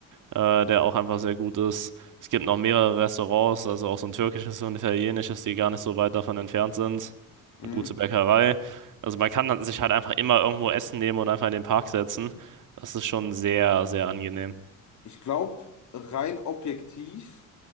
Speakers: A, on the right; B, on the left.
A: äh, der auch einfach sehr gut ist. Es gibt noch mehrere Restaurants, also auch so ein türkisches und italienisches, die gar nicht so weit davon entfernt sind.
B: mhm.
A: Eine gute Bäckerei. Also man kann dann sich halt einfach immer irgendwo Essen nehmen und einfach in den Park setzen. Das ist schon sehr, sehr angenehm.
B: Ich glaube, rein objektiv,